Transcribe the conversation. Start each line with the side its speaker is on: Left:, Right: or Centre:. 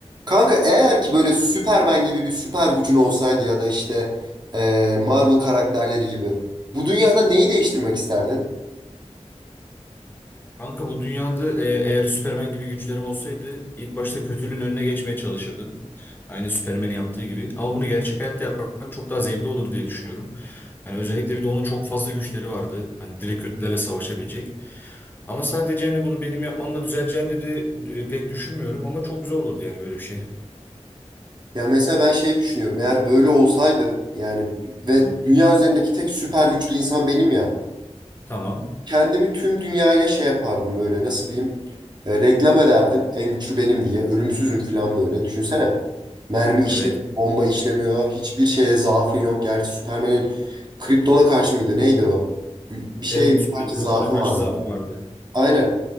Right: Kanka eğer ki böyle Superman gibi bir süper gücün olsaydı ya da işte eee, Marvel karakterleri gibi bu dünyada neyi değiştirmek isterdin?
Left: Kanka bu dünyada e, eğer Süpermen gibi güçlerim olsaydı ilk başta kötülüğün önüne geçmeye çalışırdım. Aynı Süpermen'in yaptığı gibi. Ama bunu gerçek hayatta yapmak çok daha zevkli olur diye düşünüyorum. Hani özellikle bir de onun çok fazla güçleri vardı. Hani direkt kötülerle savaşabilecek. Ama sadece hani bunu benim yapmamla düzeleceğini dedi e, pek düşünmüyorum ama çok güzel olurdu yani böyle bir şey.
Right: Ya mesela ben şey düşünüyorum eğer böyle olsaydı yani ve
Left: Aha.
Right: dünya üzerindeki tek süper güçlü insan benim ya.
Left: Tamam.
Right: kendimi tüm dünyaya şey yapardım böyle nasıl diyeyim E, reklam ederdim en güçlü benim diye ölümsüzüm falan böyle düşünsene mermi
Left: Evet.
Right: işlemiyor bomba işlemiyor hiçbir şeye zaafın yok gerçi Superman'in Krypton'a karşı mıydı neydi o bir şey
Left: Evet,
Right: karşı
Left: Krypton'a
Right: zaafı
Left: karşı
Right: vardı
Left: zaafı vardı.
Right: Aynen.